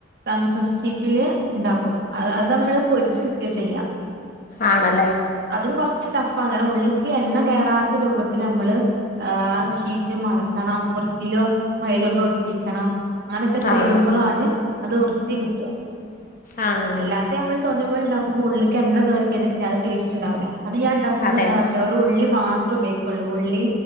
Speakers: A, on the right; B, on the left.
A: സമൂസ ഷീറ്റില് ഇണ്ടാക്കും അത് നമ്മള് പൊരിച്ചെടുക്ക ചെയ്യാ
B: ആണല്ലേ
A: അതും കുറച്ച് ടഫ്ങ്ങനെ ഉള്ളിക്ക് എണ്ണകേറാ രൂപത്തിൽ നമ്മള് ആ ഷീറ്റ് മറക്കണം വൃത്തിയിലോ മൈത കൊണ്ട് ഒട്ടിക്കണം അങ്ങനെയൊക്കെ ചെയ്യുമ്പോഴാണ്
B: ആഹ്
A: അത് വൃത്തി കിട്ടുക
B: ആഹ്
A: അല്ലാത്തെ നമ്മള് തോന്നിയപോലുണ്ടോക്കുമ്പോ ഉള്ളക്ക് എണ്ണ കേറി കഴിഞ്ഞാൽ പിന്നെ അത് ടേയ്സ് ണ്ടാവില്ല അത് ഞാൻ ഉണ്ടാക്കുമ്പോ
B: അതെ
A: എന്താട്ട
B: അതെ
A: ഒരു ഉള്ളി മാത്രേ ഉപയോഗിക്കുള്ളൂ ഉള്ളി